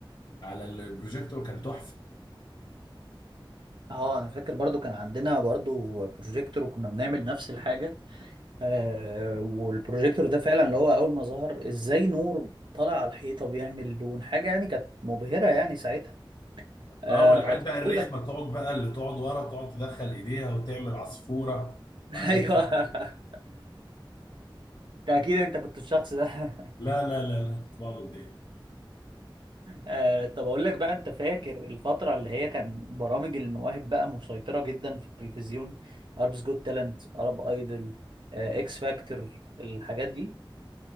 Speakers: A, on the left; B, on the right.
A: على البروجيكتور كان تحفه
B: اه انا فاكر برضو كان عندنا برضو بروجيكتور وكنا بنعمل نفس الحاجه آه والبروجيكتور ده فعلا اللي هو اول ما ظهر ازاي نور طالع على الحيطه بيعمل لون حاجه يعني كانت مبهره يعني ساعتها آه
A: اه والعيال
B: تقول
A: بقى الرخمه
B: لك
A: تقعد بقى اللي تقعد ورا تقعد تدخل ايديها وتعمل عصفوره
B: <laughs>
A: وحاجات
B: ايوه اكيد انت كنت الشخص ده <laughs>
A: لا لا لا لا كنت بقعد قدام
B: آه طب اقول لك بقى انت فاكر الفتره اللي هي كان برامج المواهب بقى مسيطره جدا في التلفزيون اربس جوت تالنت ارب ايدل آه اكس فاكتور الحاجات دي